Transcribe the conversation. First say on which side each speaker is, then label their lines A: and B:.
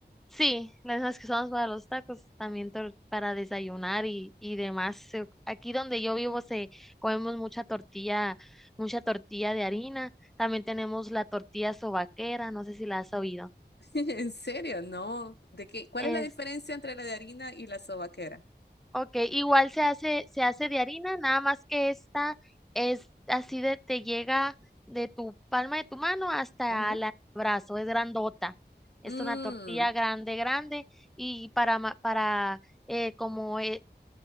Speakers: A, in the centre; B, on the left.
A: Sí, las mismas que usamos para los tacos, también tor- para desayunar y, y demás. Se- Aquí donde yo vivo se comemos mucha tortilla, mucha tortilla de harina. También tenemos la tortilla sobaquera, no sé si la has oído.
B: <laughs> ¿En serio? No. ¿De qué? ¿Cuál
A: Es,
B: es la diferencia entre la de harina y la sobaquera?
A: ok, igual se hace, se hace de harina, nada más que esta es así de, te llega de tu palma de tu mano hasta
B: Ujú.
A: el brazo, es grandota.
B: Mm,
A: Es una tortilla grande, grande y para, ma- para eh, como eh,